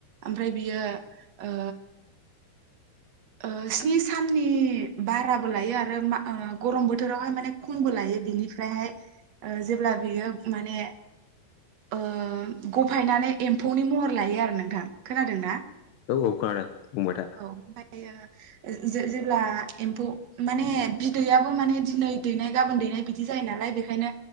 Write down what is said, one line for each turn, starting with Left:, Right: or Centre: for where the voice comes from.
Right: ओमफ्राय बियो ओ ओ स्नि साननि बाराबो लायो आरो मा गरम बोथोरावहाय माने खमबो लायो बिनिफ्रायहाय ओ जेब्ला बियो माने ओ गफायनानै एम्फौनि महर लायो आरो नोंथां, खोनादोंना?
Left: ओ, औ खोनादों। बुंबाय था
Right: औ ओमफ्राय बियो जे -जे जेब्ला एम्फौ माने बि दैयाबो माने दिनै दैनाय गाबोन दैनाय बिदि जायो नालाय बेखायनो